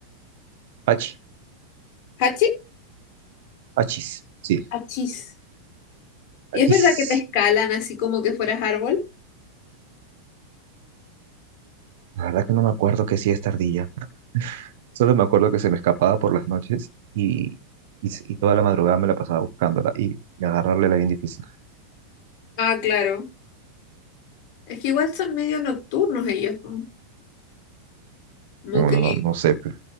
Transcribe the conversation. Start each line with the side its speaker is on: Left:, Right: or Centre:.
Right: Hachi,
Left: ¿Hachi?
Right: hachis, sí,
Left: Hachis. ¿Es
Right: hachis.
Left: verdad que te escalan así como que fueras árbol?
Right: La verdad que no me acuerdo qué hacía esta ardilla. Solo me acuerdo que se me escapaba por las noches y, y, y toda la madrugada me la pasaba buscándola y, y agarrarle era bien difícil.
Left: Ah, claro. Es que igual son medio nocturnos ellos, ¿no? como
Right: Bueno,
Left: que
Right: no, no sé, pero-